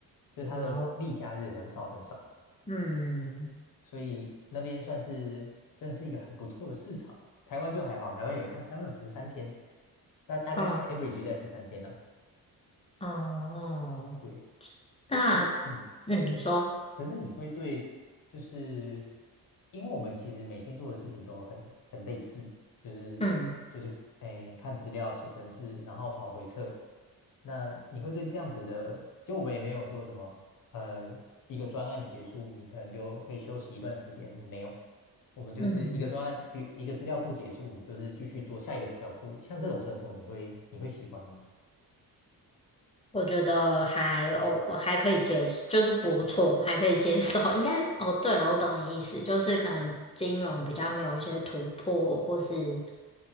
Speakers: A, on the left; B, on the left.
A: 就它的例假日很少很少，
B: 哇哦，嗯，
A: 所以那边算是真是一个很不错的市场啊。台湾就还好，台湾有一看，台湾有十三天，大大概
B: 哦
A: average 在十三天呢、
B: 哦，
A: 对，
B: 那
A: 哎，可是嗯，
B: 嗯，你说，
A: 可是你会对，就是因为我们其实每天做的事情都很很类似，就是就是诶看资料、
B: 嗯
A: 写程式，然后跑回测。那你会对这样子的，就我们也没有说什么，呃，一个专案结束，你可能就可以休息一段时间，没有，我们就是一个专案，
B: 嗯，
A: 比一个资料库结束，你就是继续做下一个资料库，像这种生活，你会你会喜欢吗？
B: 我觉得还哦，我还可以接受，就是不错，还可以接受。<laughs> 应该哦，对了，我懂你意思，就是可能金融比较没有一些突破，或是